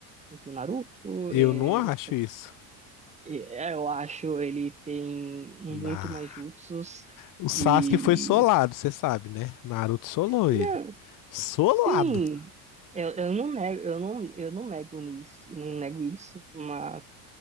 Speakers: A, on the right (about 15°); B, on the left (about 45°).
A: do que o Naruto.
B: Eu
A: é,
B: não acho isso.
A: É, Eu acho ele tem um
B: Na...
A: muito mais jutsus
B: O Sasuke
A: e
B: foi solado, você sabe, né? Naruto solou
A: não,
B: ele. Solado.
A: sim, eu, eu não nego, eu não, eu não nego nisso, não nego isso, mas